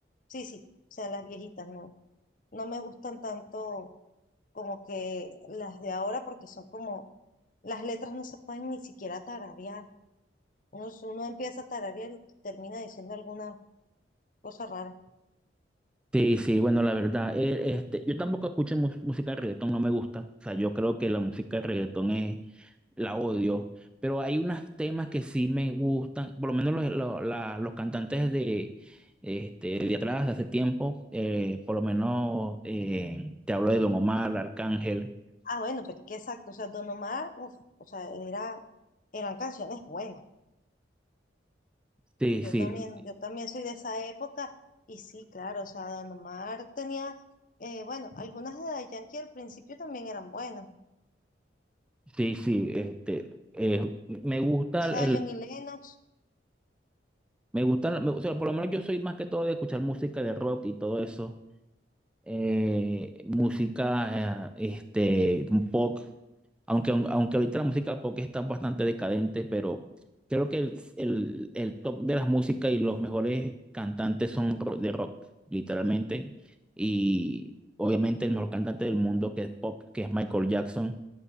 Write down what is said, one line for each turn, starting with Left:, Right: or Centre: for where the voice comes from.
Left: Sí, sí, o sea, las viejitas, no. No me gustan tanto como que las de ahora porque son como, las letras no se pueden ni siquiera tararear. Uno, s- uno empieza a tararear y termina diciendo alguna cosa rara.
Centre: Sí, sí, bueno, la verdad, eh, este, yo tampoco escucho mus- música de reggaetón, no me gusta. O sea, yo creo que la música de reggaetón es, la odio, pero hay unos temas que sí me gustan, por lo menos los, los, la- los cantantes de, este, de atrás, de hace tiempo, eh, por lo menos eh, te hablo de Don Omar, Arcángel.
Left: Ah, bueno, pero es que exacto, o sea, Don Omar, uf, o sea, era, eran canciones buenas.
Centre: Sí,
Left: Yo
Centre: sí,
Left: también, yo también soy de esa época y sí, claro, o sea, Don Omar tenía, eh, bueno, algunas de Daddy Yankee al principio también eran buenas.
Centre: sí, sí, este, eh, me gusta
Left: Zion
Centre: el,
Left: y Lennox,
Centre: me gusta, me- o sea, por lo menos yo soy más que todo de escuchar música de rock y todo eso. eh, música, eh, este, pop, aunque, aunque ahorita la música pop está bastante decadente, pero creo que el, el, el top de las músicas y los mejores cantantes son ro- de rock, literalmente, y obviamente el mejor cantante del mundo que es pop, que es Michael Jackson,